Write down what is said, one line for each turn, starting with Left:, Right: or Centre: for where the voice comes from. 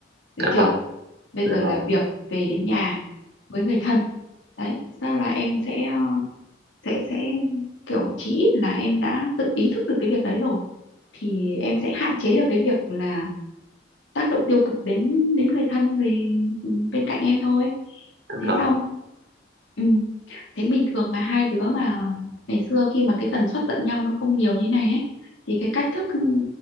Left: được
Right: dạ
Left: chưa
Right: vâng
Left: bây
Right: dạ
Left: giờ
Right: vâng
Left: là việc về đến nhà với người thân đấy ra là em sẽ ờ, sẽ sẽ kiểu chí ít là em đã tự ý thức được cái việc đấy rồi thì em sẽ hạn chế được cái việc là tác động tiêu cực đến đến người thân về ừ, bên cạnh em thôi
Right: Tức
Left: thế
Right: là
Left: xong Ừ. Thế bình thường mà hai đứa mà ngày xưa khi mà cái tần suất giận nhau nó không nhiều như này ấy thì cái cách thức ừ,